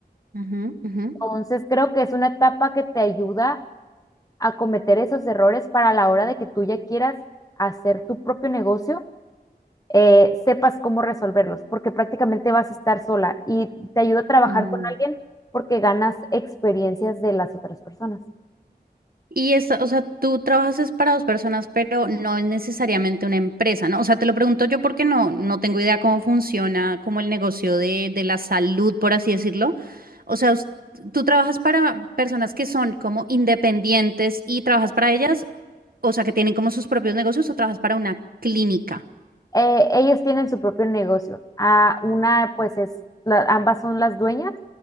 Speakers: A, on the right; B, on the left.
A: ujú, ujú,
B: Entonces creo que es una etapa que te ayuda a cometer esos errores para la hora de que tú ya quieras hacer tu propio negocio, eh, sepas cómo resolverlos, porque prácticamente vas a estar sola y te ayuda a trabajar
A: mm.
B: con alguien porque ganas experiencias de las otras personas.
A: Y esta, o sea, tú trabajas es para dos personas, pero no es necesariamente una empresa, ¿no? O sea, te lo pregunto yo porque no, no tengo idea cómo funciona como el negocio de, de la salud, por así decirlo. O sea, us- tú trabajas para personas que son como independientes y trabajas para ellas, o sea, que tienen como sus propios negocios o trabajas para una clínica.
B: Eh, ellas tienen su propio negocio. Ah, una, pues es, la- ambas son las dueñas,